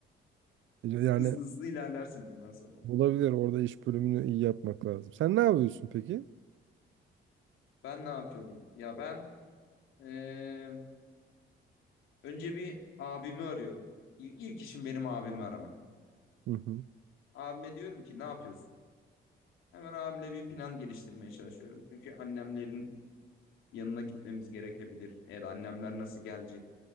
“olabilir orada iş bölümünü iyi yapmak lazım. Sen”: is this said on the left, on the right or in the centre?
Right